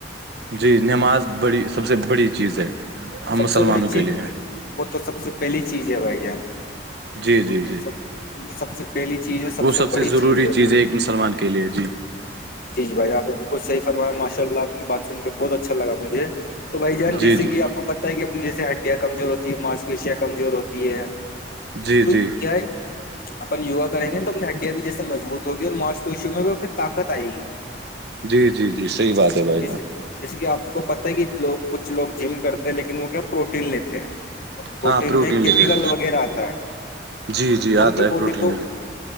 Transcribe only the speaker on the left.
سب
سے بڑی چیز
وہ تو سب سے پہلی چیز ہے بھائی جان
سب وہ تو سب سے پہلی چیز ہے
بڑی
وہ
تو
جی جی بھائی جان آپ نے بالکل صحیح فرمایا ہے ماشاء اللہ آپ کی بات سن کے بہت اچھا لگا مجھے تو بھائی جان جیسے
کہ آپ کو پتہ ہے کہ اپنی جیسے ہڈیاں کمزور ہوتی ہے ماس پیشیاں کمزور ہوتی ہے
تو
کیا ہے اپن یوگا کریں گے نا تو اپنی ہڈیاں بھی جیسے مضبوط ہوگی اور معاش پشو میں بھی پھر طاقت آئے گی
جے جسے کی آپ کو پتہ ہے کہ لوگ کچھ لوگ جم کرتے ہیں لیکن وہ کیا پروٹین لیتے ہیں پروٹین
میں کیمیکل
وغیرہ آتا ہے
ان کی
بوڈی
تو